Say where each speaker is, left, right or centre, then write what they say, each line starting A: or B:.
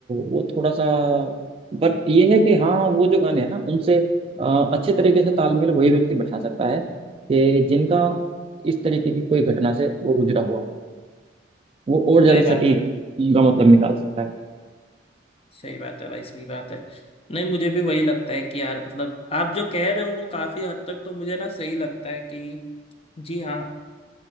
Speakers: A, on the right; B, on the left.
A: वो थोड़ा सा पर ये है कि हाँ वो जो गाने हैं ना उनसे अ, अच्छे तरीके से तालमेल वही व्यक्ति बैठा सकता है कि जिनका इस तरीके की कोई घटना से वो गुजरा हुआ हो वो और ज्यादा
B: सही बात
A: सटीक
B: है
A: उनका मतलब निकाल सकता है <laughs>
B: सही बात है भाई सही बात है नहीं मुझे भी वही लगता है कि यार मतलब आप जो कह रहे हो वो काफी हद तक तो मुझे ना सही लगता है कि जी हाँ